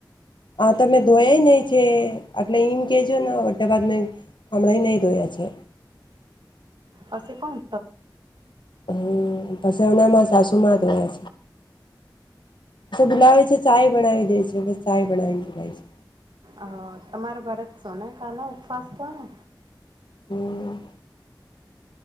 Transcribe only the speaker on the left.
આા તો મેં ધોયાય નહ છે એટલે એઈમ કેજો ને બા ભાદ હણા એ નહી ધોયા છે
હમ પછ ઓનામાં સાસુમાં ધયા છે બુલાવે છે ચાય બનાવી દે છે બ ચાય બનાવીને બલાવી છે
હમ